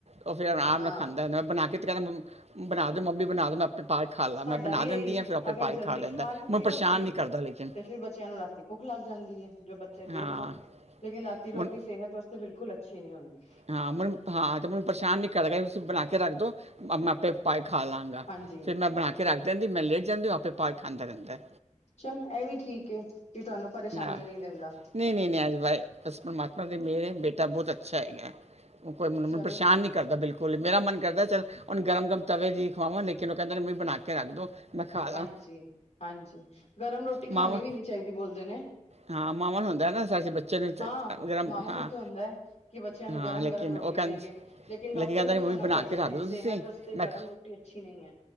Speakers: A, on the right (about 60°); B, on the left (about 65°).
A: ਉਹ ਫੇਰ ਆਰਾਮ
B: ਹਾਂ
A: ਨਾਲ ਖਾਂਦਾ ਹੈ ਨਾ ਬਣਾ ਕੇ ਤੇ ਕਹਿੰਦਾ ਬਣਾ ਦੇ ਮੰਮੀ ਬਣਾ ਦੇ ਮੈਂ ਆਪ ਪਾ ਕੇ ਖਾ ਲਾ
B: ਸਾਡਾ
A: ਮੈਂ ਬਣਾ
B: ਵੀ
A: ਦਿੰਦੀ
B: ਇਹੀ ਹੈ
A: ਹ ਫਿਰ ਆਪੇ
B: ਅਗਰ
A: ਪਾਏ
B: ਜਲਦੀ
A: ਖਾ ਲੈਂਦਾ
B: ਲਿੱਤੀ
A: ਮੈਂ ਪਰੇਸ਼ਾਨ
B: ਰੋਟੀ
A: ਨਹੀਂ ਕਰਦਾ ਲੇਕਿਨ
B: ਤੇ ਫਿਰ ਬੱਚਿਆਂ ਨੂੰ ਰਾਤੀ ਭੁੱਖ ਲੱਗ ਜਾਂਦੀ ਹੈ ਜੋ ਬੱਚੇ
A: ਹਾਂ
B: ਦੇਰ ਨਾਲ ਲੇਕਿਨ ਰਾਤੀ ਰੋਟੀ
A: ਮਨ
B: ਸਿਹਤ ਵਾਸਤੇ ਬਿਲਕੁਲ ਅੱਛੀ ਨਹੀਂ ਹੁੰਦੀ
A: ਹਾਂ ਮੈਨੂੰ ਹਾਂ ਤੇ ਮੈਨੂੰ ਪਰੇਸ਼ਾਨ ਨੀ ਕਰੇਗਾ ਤੁਸੀਂ ਬਣਾ ਕੇ ਰੱਖ ਦਓ ਮੈਂ ਆਪੇ ਪਾਏ ਖਾ ਲਾਂਗਾ
B: ਹਾਂਜੀ
A: ਫਿਰ ਮੈਂ ਬਣਾ ਕੇ ਰੱਖ ਦਿੰਦੀ ਮੈਂ ਲੇਟ ਜਾਂਦੀ ਆਪੇ ਪਾ ਕੇ ਖਾਂਦਾ ਰਹਿੰਦਾ
B: ਚੱਲ ਇਹ ਵੀ ਠੀਕ ਏ ਕਿ ਤੁਹਾਨੂੰ ਪਰੇਸ਼ਾਨੀ
A: ਹਾਂ
B: ਨਹੀ ਦਿੰਦਾ
A: ਨਹੀਂ ਨਹੀਂ ਨਹੀਂ ਅੱਜ ਬਾਈ ਬਸ ਪਰਮਾਤਮਾ ਦੀ ਮਿਹਰ ਏ ਬੇਟਾ ਬਹੁਤ ਅੱਛਾ ਹੈਗਾ ਉਹ ਕੋਈ ਮੈਨੂੰ
B: ਚਲੋ
A: ਪਰੇਸ਼ਾਨ ਨੀ ਕਰਦਾ ਬਿਲਕੁਲ ਮੇਰਾ ਮਨ ਕਰਦਾ ਚੱਲ ਹੁਣ ਗਰਮ ਗਰਮ ਤਵੇ ਦੀ ਖਵਾਵਾਂ ਲੇਕਿਨ ਉਹ ਕਹਿੰਦੇ ਮੇਰੀ ਬਣਾ ਕੇ ਰੱਖ ਦੋ ਮੈਂ ਖਾ ਲਾਂ।
B: ਹਾਂਜੀ ਹਾਂਜੀ ਗਰਮ ਰੋਟੀ
A: ਮਾਵਾਂ
B: ਖਾਣੀ ਵੀ ਨਹੀਂ ਚਾਹੀਦੀ ਬੋਲਦੇ ਨੇ
A: ਹਾਂ ਮਾਵਾਂ ਨੂੰ ਹੁੰਦਾ ਨਾ ਸਾਡੇ ਬੱਚੇ ਨੂੰ ਤ
B: ਹਾਂ
A: ਗਰਮ
B: ਮਾਵਾਂ
A: ਹਾਂ,
B: ਨੂੰ ਤੇ ਹੁੰਦਾ ਹੈ ਕਿ ਬੱਚਿਆਂ ਨੂੰ
A: ਹਾਂ
B: ਗਰਮ
A: ਲੇਕਿਨ
B: ਗਰਮ ਰੋਟੀ
A: ਉਹ ਕਹਿੰ
B: ਦੇਈਏ ਲੇਕਿਨ ਡਾਕਟਰਜ਼
A: ਕਹਿੰਦਾ ਨਹੀਂ
B: ਵੀ
A: ਮੰਮੀ
B: ਮਨਾ
A: ਬਣਾ
B: ਕਰਦੇ
A: ਕੇ ਰੱਖ
B: ਨੇ
A: ਦੋ
B: ਸਿਹਤ
A: ਤੁਸੀਂ
B: ਵਾਸਤੇ
A: ਮੈਂ
B: ਗਰਮ
A: ਖ
B: ਰੋਟੀ ਅੱਛੀ ਨਹੀਂ ਹੈ।